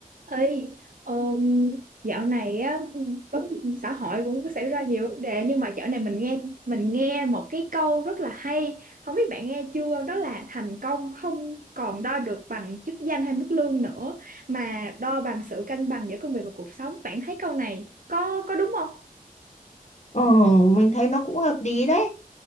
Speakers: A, on the right; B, on the left.
A: Ê, ờm, dạo này á vấn xã hội cũng có xảy ra nhiều vấn đề nhưng mà dạo này mình nghe mình nghe một cái câu rất là hay không biết bạn nghe chưa đó là thành công không còn đo được bằng chức danh hay mức lương nữa mà đo bằng sự cân bằng giữa công việc và cuộc sống bạn thấy câu này có có đúng không
B: Ờ, mình thấy nó cũng hợp lý đấy.